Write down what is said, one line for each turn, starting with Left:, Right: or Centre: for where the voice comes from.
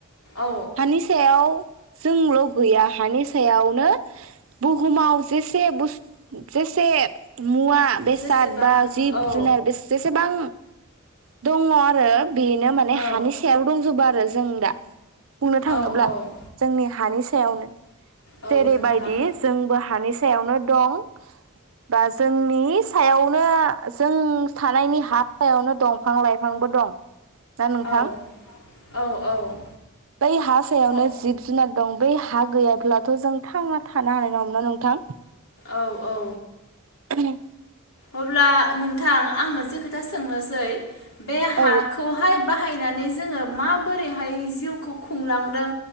Left: औ
Right: हानि सायाव जोंल' गैया हानि सायावनो बुहुमाव जेसे बुस जेसे मुवा बेसाद
Left: जेसेबां
Right: बा जिब
Left: औ
Right: जुनार बे जेसेबां दङ। आरो बेनो माने
Left: औ
Right: हानि सायाव दंजोबो आरो। जों दा। बुंनो थाङोब्ला
Left: औ औ
Right: जोंनि हानि सायावनो
Left: औ
Right: जेरैबायदि
Left: नोंथां
Right: जोंबो हानि सायावनो दं बा जोंनि सायावनो जों थानायनि हा हायावनो दंफां लाइफांबो दं। ना नोंथां
Left: औ औ औ।
Right: बै हा सायावनो
Left: ह-
Right: जिब जुनार दं बै हा गैयाब्लाथ' जों थांना थानो हानाय नङामोन नोंथां।
Left: औ औ।
Right: <unintelligible>
Left: अब्ला नोंथां आं मोनसे खोथा सोंनोसै। बे हाखौहाय
Right: औ
Left: बा बाहायनानै जोङो माबोरैहाय जिउखौ खुंलांदों